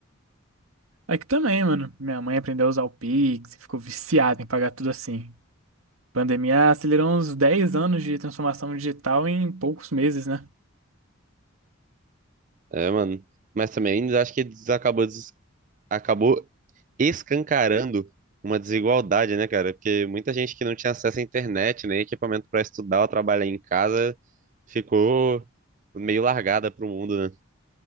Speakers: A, on the right (about 85°); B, on the right (about 40°).
A: Aqui também, mano. Minha mãe aprendeu a usar o Pix, e ficou viciada em pagar tudo assim. Pandemia acelerou uns 10 anos de transformação digital em poucos meses, né?
B: É, mano. Mas também acho que des- acabou, des- acabou escancarando uma desigualdade, né, cara? Porque muita gente que não tinha acesso à internet, nem equipamento pra estudar ou trabalhar em casa, ficou meio largada pro mundo, né?